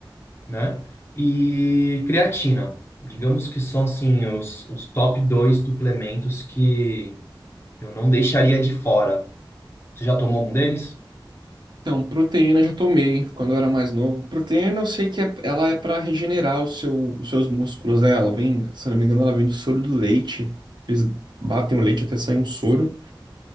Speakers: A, on the left (about 30°); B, on the right (about 60°).
A: né? E creatina. Digamos que são assim os, os top dois suplementos que eu não deixaria de fora. Você já tomou algum deles?
B: Então, proteína eu já tomei quando eu era mais novo. Proteína eu sei que é- ela é pra regenerar o seu- os seus músculos, né? Ela vem, se eu não me engano, ela vem do soro do leite. Eles batem o leite até sair um soro.